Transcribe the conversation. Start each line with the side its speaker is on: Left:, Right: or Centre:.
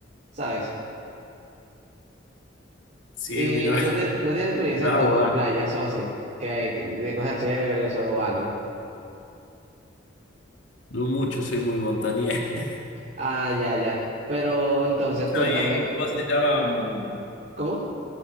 Right: ¿sabes?
Left: Sí,
Right: Y
Left: mira,
Right: no, tie-
Left: <laughs>
Right: no tienes experiencias
Left: bravo,
Right: tú en
Left: ah.
Right: playas o así, que, que- de cosas chéveres o algo.
Left: No mucho, soy muy montañés. <laughs>
Right: Ah, ya, ya. Pero entonces, cuéntame,
Left: Soy, ¿cómo se llama? Mm,
Right: ¿cómo?